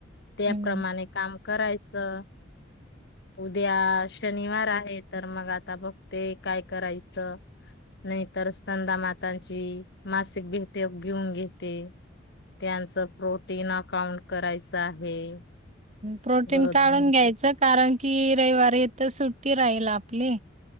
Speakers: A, on the left; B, on the right.
A: त्याप्रमाणे
B: हम्म
A: काम करायचं. उद्या शनिवार आहे तर. मग आता बघते काय करायचं? नाहीतर स्तनदा माता त्यांची मासिक भेटे घेऊन घेते. त्यांचं प्रोटीन अकाउंट करायचं आहे.
B: प्रोटीन
A: बरोबर
B: काढून घ्यायचं, कारण की रविवारी तर सुट्टी राहील आपली.